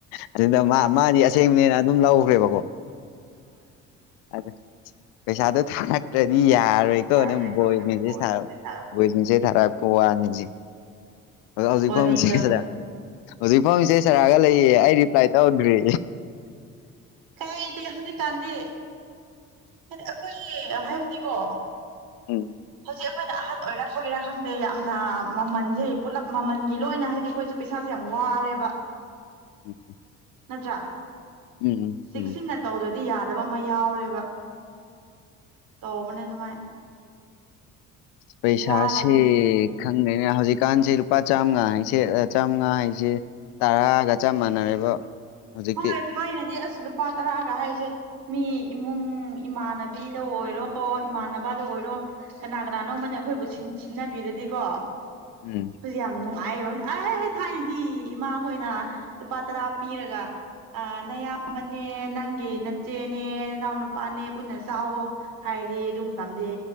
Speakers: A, on the left; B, on the right.
A: ꯑꯗꯨꯗ ꯃꯥ ꯃꯥꯗꯤ ꯑꯁꯦꯡꯕꯅꯦꯅ ꯑꯗꯨꯝ ꯂꯧꯈ꯭ꯔꯦꯕꯀꯣ ꯑꯗꯨ ꯄꯩꯁꯥꯗꯣ ꯊꯥꯔꯛꯇ꯭ꯔꯗꯤ ꯌꯥꯔꯣꯏꯀꯣ
B: ꯁꯥꯔꯣꯏꯀꯣ
A: ꯅ ꯕꯣꯏꯁ
B: ꯅꯪ
A: ꯃꯦꯁꯦꯁ
B: ꯕꯣꯏꯒꯤꯗꯤ
A: ꯊꯥꯔꯛ
B: ꯁꯥꯔꯣꯏ
A: ꯚꯣꯏꯁ ꯃꯤꯁꯦꯁ ꯊꯔꯛꯄ ꯋꯥꯅꯤꯁꯦ ꯑꯗꯣ ꯍꯧꯖꯤꯛ
B: ꯋꯥꯔꯤꯗꯣ
A: ꯐꯥꯎ ꯃꯤꯁꯦꯁ <unintelligible> ꯍꯧꯖꯤꯛ ꯐꯥꯎ ꯃꯤꯁꯦꯁ ꯊꯦꯔꯛꯑꯒ ꯂꯩ ꯑꯦ ꯑꯩ ꯔꯤꯄ꯭ꯂꯥꯏ ꯇꯧꯗ꯭ꯔꯤ
B: ꯀꯥꯏ ꯑꯩꯗꯤ ꯍꯧꯖꯤꯛ ꯀꯥꯟꯗꯤ ꯍꯥꯏꯗꯤ ꯑꯩꯈꯣꯏꯒꯤ ꯍꯥꯏꯕꯗꯤꯀꯣ
A: ꯎꯝ
B: ꯍꯧꯖꯤꯛ ꯑꯩꯈꯣꯏꯅ ꯑꯍꯟ ꯑꯣꯏꯔꯛꯄꯒꯤꯔꯥ ꯈꯪꯗꯦ ꯌꯥꯝꯅ ꯃꯃꯜꯁꯦ ꯄꯨꯂꯞ ꯃꯃꯜꯒꯤ ꯂꯣꯏꯅ ꯍꯥꯏꯗꯤ ꯑꯩꯈꯣꯏꯁꯨ ꯄꯩꯁꯥꯁꯦ ꯌꯥꯝ ꯋꯥꯔꯦꯕ
A: <unintelligible>
B: ꯅꯠꯇ꯭ꯔꯥ
A: ꯎꯝ
B: ꯆꯦꯛꯁꯤꯟꯅ
A: ꯎꯝ
B: ꯇꯧꯗ꯭ꯔꯗꯤ ꯌꯥꯗꯕ ꯑꯃ ꯌꯥꯎꯔꯦꯕ ꯇꯧꯕꯅꯦ ꯑꯗꯨꯃꯥꯏ
A: ꯄꯩꯁꯥꯁꯤ
B: ꯋꯥꯔꯕꯅꯦ
A: ꯈꯪꯗꯦꯅ ꯍꯧꯖꯤꯛꯀꯥꯟꯁꯤ ꯂꯨꯄꯥ ꯆꯥꯝꯃꯉꯥ ꯍꯥꯏꯁꯦ ꯆꯥꯝꯃꯉꯥ ꯍꯥꯏꯁꯦ ꯇꯔꯥꯒ ꯆꯞ ꯃꯥꯟꯅꯔꯦꯕ ꯍꯧꯖꯤꯛꯇꯤ
B: ꯍꯣꯏ ꯊꯥꯏꯅꯗꯤ ꯑꯁ ꯂꯨꯄꯥ ꯇꯔꯥꯒ ꯍꯥꯏꯁꯦ ꯃꯤ ꯏꯃꯨꯡ ꯏꯃꯥꯟꯅꯕꯤꯗ ꯑꯣꯏꯔꯣ ꯏꯃꯥꯟꯅꯕꯗ ꯑꯣꯏꯔꯣ ꯀꯅꯥ ꯀꯅꯥꯅꯣꯝꯃꯅ ꯑꯩꯈꯣꯏꯕꯨ ꯁꯤꯟꯅꯕꯤꯔꯗꯤꯀꯣ
A: ꯎꯝ
B: ꯑꯩꯈꯣꯏꯖꯦ ꯌꯥꯝ ꯅꯨꯡꯉꯥꯏꯕ ꯑ ꯊꯥꯏꯅꯗꯤ ꯏꯃꯥꯈꯣꯏꯅ ꯂꯨꯄꯥ ꯇꯔꯥ ꯄꯤꯔꯒ ꯑ ꯅꯌꯥꯝꯕꯅꯦ ꯅꯪꯒꯤ ꯅꯆꯦꯅꯦ ꯅꯅꯥꯎ ꯅꯨꯄꯥꯅꯦ ꯄꯨꯟꯅ ꯆꯥꯎꯑꯣ ꯍꯥꯏꯗꯤ ꯑꯗꯨ ꯃꯇꯝꯗꯤ